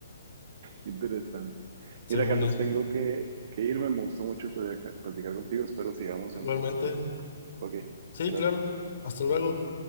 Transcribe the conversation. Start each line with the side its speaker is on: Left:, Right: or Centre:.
Right: Qué interesante.
Left: según
Right: Mira, Carlos,
Left: eso.
Right: tengo que, que irme. Me gustó mucho platicar platicar contigo. Espero sigamos
Left: Igualmente,
Right: en en la próxima. Ok,
Left: sí,
Right: gracias.
Left: claro. Hasta luego.